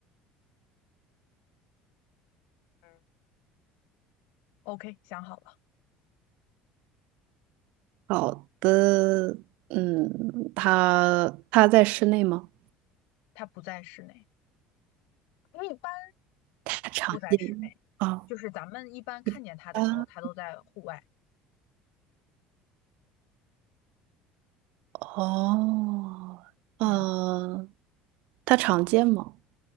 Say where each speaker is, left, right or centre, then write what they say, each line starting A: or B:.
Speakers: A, on the left; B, on the right.
A: 嗯 OK，想好了，
B: 好的。嗯，他他在室内吗？
A: 它不在室内，因为一般
B: 他常见
A: 不在室内，
B: 啊，
A: 就是咱们一般看见它的时候，
B: 一般
A: 它都在户外。
B: 哦，嗯，
A: 嗯，
B: 他常见吗？